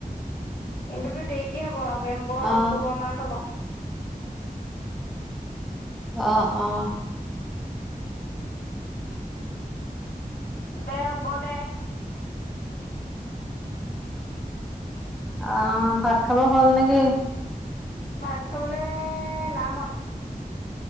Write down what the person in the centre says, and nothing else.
অ
অ অ।
অ ভাত খাব হ'ল নেকি।